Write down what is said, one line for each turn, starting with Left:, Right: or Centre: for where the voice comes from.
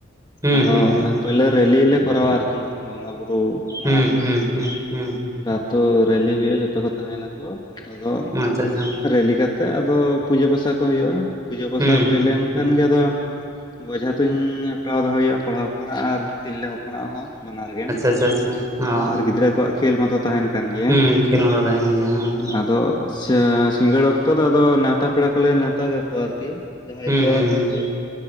Right: ᱦᱩᱸ
Left: ᱟᱫᱚ
Right: ᱦᱩᱸ ᱦᱩᱸ ᱦᱩᱸ
Left: ᱯᱳᱭᱞᱳ ᱨᱮᱞᱤ ᱞᱮ ᱠᱚᱨᱟᱣᱟ ᱟᱨᱠᱤ ᱵᱚᱸᱜᱟ ᱵᱩᱨᱩ
Right: ᱦᱩᱸ
Left: ᱢᱟᱲᱟᱝ ᱨᱮ
Right: ᱦᱩᱸ ᱦᱩᱸ ᱦᱩᱸ
Left: ᱟᱛᱳ ᱨᱮᱞᱤ ᱦᱩᱭᱩᱜᱼᱟ ᱡᱷᱚᱛᱚ ᱠᱚ ᱛᱟᱦᱮᱱᱟᱠᱚ ᱟᱫᱚ
Right: ᱟᱪᱪᱷᱟ ᱟᱪᱪᱷᱟ
Left: ᱨᱮᱞᱤ ᱠᱟᱛᱮᱜ ᱟᱫᱚ ᱯᱩᱡᱟᱹ ᱯᱟᱥᱟ ᱠᱚ ᱦᱩᱭᱩᱜᱼᱟ ᱯᱩᱡᱟᱹ ᱯᱟᱥᱟ
Right: ᱦᱩᱸ
Left: ᱦᱩᱭ
Right: ᱦᱩᱸ
Left: ᱞᱮᱱᱠᱷᱟᱱ
Right: ᱦᱩᱸ
Left: ᱜᱮ ᱟᱫᱚ ᱵᱚᱡᱷᱟ ᱛᱮᱧ ᱦᱮᱯᱨᱟᱣ ᱫᱚ ᱦᱩᱭᱩᱜᱼᱟ ᱠᱚᱲᱟ ᱦᱚᱯᱚᱱᱟᱜ ᱟᱨ ᱛᱤᱨᱞᱟᱹ ᱦᱚᱯᱚᱱᱟᱜ ᱦᱚᱸ ᱵᱟᱱᱟᱨ ᱜᱮ
Right: ᱟᱪᱪᱷᱟ ᱟᱪᱪᱷᱟ <unintelligible>
Left: ᱟᱨ ᱜᱤᱫᱽᱨᱟᱹ ᱠᱚᱣᱟᱜ ᱠᱷᱮᱞ ᱢᱟᱛᱚ ᱛᱟᱦᱮᱱ ᱠᱟᱱ ᱜᱮᱭᱟ
Right: ᱦᱩᱸ ᱠᱷᱮᱞ ᱢᱟ ᱫᱚ ᱛᱟᱦᱮᱱ ᱜᱮᱭᱟ ᱦᱚᱸ
Left: ᱟᱫᱚ ᱟᱪᱪᱷᱟ ᱥᱤᱸᱜᱟᱹᱲ ᱚᱠᱛᱚ ᱫᱚ ᱟᱫᱚ ᱱᱮᱣᱛᱟ ᱯᱮᱲᱟ ᱠᱚᱞᱮ ᱱᱮᱣᱛᱟ ᱠᱟᱠᱚᱣᱟ ᱟᱨᱠᱤ ᱡᱟᱦᱟᱸᱭ
Right: ᱦᱩᱸ
Left: ᱠᱚ
Right: ᱦᱩᱸ ᱦᱩᱸ
Left: ᱦᱤᱛᱚ